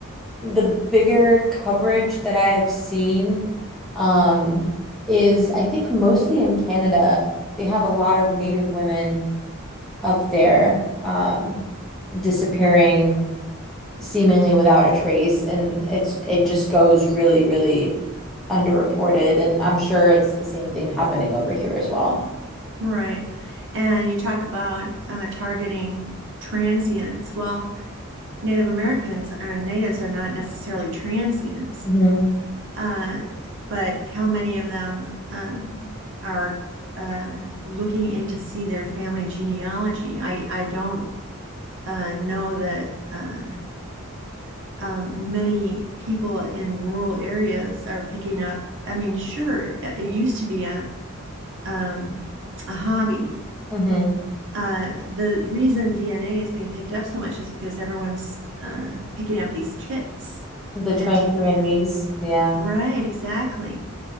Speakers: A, in the centre; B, on the right.
A: the bigger coverage that I have seen um, is I think mostly in Canada, they have a lot of Native women up there um, disappearing seemingly without a trace, and it's it just goes really, really underreported, and I'm sure it's the same thing happening over here as well.
B: right? And you talk about uh, targeting transients. Well, Native Americans or natives are not necessarily transients,
A: hmm
B: uh, but how many of them uh, are uh, looking in to see their family genealogy? I I don't uh, know that uh, um, many people in rural areas are picking up. I mean, sure, uh, it used to be a um, a hobby.
A: hmm
B: Uh, the reason DNA is being picked up so much is because everyone's uh, picking up these kits
A: The 23andMe's,
B: and taking their
A: and
B: right
A: Me's.
B: exactly